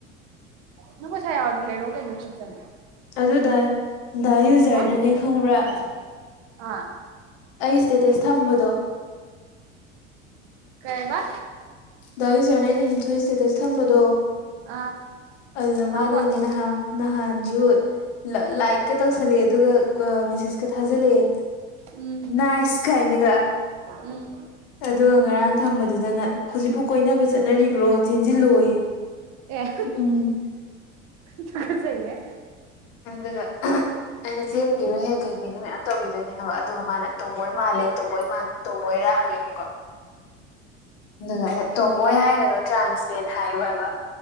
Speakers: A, on the right (about 45°); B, on the left (about 55°).
A: ꯅꯪ ꯀꯩꯁꯥꯏ ꯌꯥꯎꯔꯗꯤ ꯂꯩꯔꯣ ꯀꯩꯅꯅꯨꯡ ꯆꯨꯞꯛ ꯆꯅꯤ
B: ꯑꯗꯨꯗ ꯗ ꯌꯨꯖꯔꯅꯅꯦ
A: ꯍꯥ
B: ꯈꯪꯕ꯭ꯔꯥ
A: ꯌꯥꯏ ꯑꯥ
B: ꯑꯩꯁꯇꯦꯇꯁ ꯊꯝꯕꯗꯣ
A: ꯀꯩꯕ
B: ꯗꯥꯏꯖꯅ ꯑꯩꯅ ꯍꯦꯟꯊꯣꯛꯏ ꯏꯁꯇꯦꯇꯁ ꯊꯝꯕꯗꯣ
A: ꯑꯥ
B: ꯑꯗꯨꯗ
A: ꯅꯥꯎꯕ
B: ꯃꯥꯅꯅꯦ ꯅꯍꯥꯟ ꯅꯍꯥꯟꯁꯨ ꯂꯥꯏꯔꯤꯛꯀ ꯇꯧꯁꯜꯂꯦ ꯑꯗꯨꯒ ꯃꯦꯁꯦꯁꯀ ꯊꯥꯖꯜꯂꯛꯑꯦ
A: ꯎꯝ
B: ꯅꯥꯏꯁ ꯀꯥꯏꯅꯒ
A: ꯎꯝ
B: ꯑꯗꯨꯒ ꯉꯔꯥꯡ ꯊꯝꯕꯗꯨꯗꯅ ꯍꯧꯖꯤꯛꯕꯨ ꯀꯣꯏꯅꯕ ꯆꯠꯅꯔꯤꯕ꯭ꯔꯣ ꯆꯦꯟꯁꯤꯜꯂꯣꯏꯌꯦ
A: ꯑꯦ
B: ꯎꯝ
A: ꯇꯨꯀꯠꯆꯩꯍꯦ
B: ꯑꯗꯨ ꯑꯩꯅ ꯆꯦꯟꯒꯤꯔꯣꯏꯍꯦꯛ ꯀꯩꯀꯩꯅꯣ ꯃꯌꯥꯝ ꯇꯧꯈꯤꯗꯣꯏꯅꯦ ꯍꯥꯏꯕ ꯑꯗꯨꯒ ꯃꯥꯅ ꯇꯣꯝꯕꯣꯏ ꯃꯥꯜꯂꯦ ꯇꯣꯝꯕꯣꯏ ꯇꯣꯝꯕꯣꯏꯔꯥ ꯍꯪꯉꯛꯏꯕꯀꯣ ꯑꯗꯨꯒ ꯑꯩꯅ ꯇꯣꯝꯕꯣꯏ ꯍꯥꯏꯒꯅꯨ ꯇ꯭ꯔꯥꯟꯁꯂꯦꯠ ꯍꯥꯏꯌꯨ ꯍꯥꯏꯕ